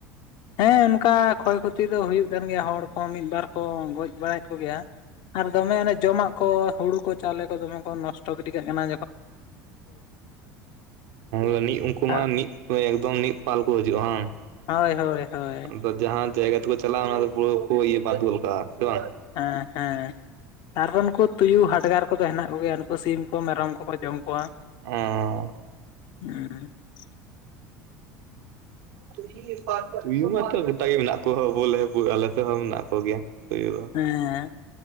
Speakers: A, on the left; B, on the right.
A: ᱦᱮᱸ ᱚᱱᱠᱟ ᱠᱷᱚᱭ ᱠᱷᱚᱛᱤ ᱫᱚ ᱦᱩᱭᱩᱜ ᱠᱟᱱ ᱜᱮᱭᱟ ᱦᱚᱲ ᱠᱚ ᱢᱤᱫ ᱵᱟᱨ ᱠᱚ ᱜᱚᱡ ᱵᱟᱲᱟᱭᱮᱫ ᱠᱚᱜᱮᱭᱟ ᱾ ᱟᱨ ᱫᱚᱢᱮ ᱚᱱᱮ ᱡᱚᱢᱟᱜ ᱠᱚ ᱦᱩᱲᱩ ᱠᱚ ᱪᱟᱣᱞᱮ ᱠᱚ ᱫᱚᱢᱮ ᱠᱚ ᱱᱚᱥ ᱴᱚ ᱜᱤᱰᱤ ᱠᱟᱜ ᱠᱟᱱᱟ ᱾
B: ᱚ ᱩᱱᱠᱩ ᱢᱟ
A: ᱟᱨ
B: ᱢᱤᱫ ᱮᱠᱫᱚᱢ ᱢᱤᱫ ᱯᱟᱞ ᱠᱚ ᱦᱤᱡᱩᱜ-ᱟ ᱵᱟᱝ?
A: ᱦᱳᱭ ᱦᱳᱭ ᱦᱳᱭ
B: ᱟᱫᱚ
A: ᱾
B: ᱡᱟᱦᱟᱸ ᱡᱟᱭᱜᱟ ᱛᱮᱠᱚ ᱪᱟᱞᱟᱜ-ᱟ ᱚᱱᱟ ᱯᱩᱨᱟᱹ ᱠᱚ ᱤᱭᱟᱹ ᱵᱟᱫ ᱜᱚᱫ ᱠᱟᱜ-ᱟ ᱥᱮ ᱵᱟᱝ?
A: ᱦᱮᱸ ᱦᱮᱸ ᱟᱨ ᱱᱩᱠᱩ ᱛᱩᱭᱩ ᱦᱟᱰᱜᱟᱨ ᱠᱚᱫᱚ ᱦᱮᱱᱟᱜ ᱠᱚᱜᱮᱭᱟ ᱾ ᱥᱤᱢ ᱠᱚ ᱢᱮᱨᱚᱢ ᱠᱚᱠᱚ ᱡᱚᱢ ᱠᱚᱣᱟ
B: ᱚ
A: ᱦᱩᱸ ᱾ <unintelligible>
B: ᱦᱮᱸ ᱾ ᱛᱩᱭᱩ ᱢᱟᱛᱚ ᱜᱚᱴᱟ ᱜᱮ ᱢᱮᱱᱟᱜ ᱠᱚᱣᱟ ᱵᱚᱞᱮ ᱦᱳ ᱟᱞᱮ ᱥᱮᱫ ᱦᱚᱸ ᱢᱮᱱᱟᱜ ᱠᱚᱜᱮᱭᱟ ᱾ ᱦᱩᱭᱩᱜ-ᱟ
A: ᱦᱮᱸ